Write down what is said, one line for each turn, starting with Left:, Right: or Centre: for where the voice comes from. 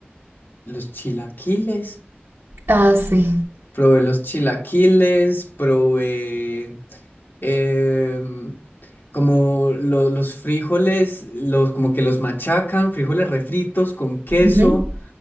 Left: los chilaquiles,
Right: Ah, sí.
Left: probé los chilaquiles, probé em, como lo- los frijoles, los, como que los machacan, frijoles refritos con queso,
Right: Ujú.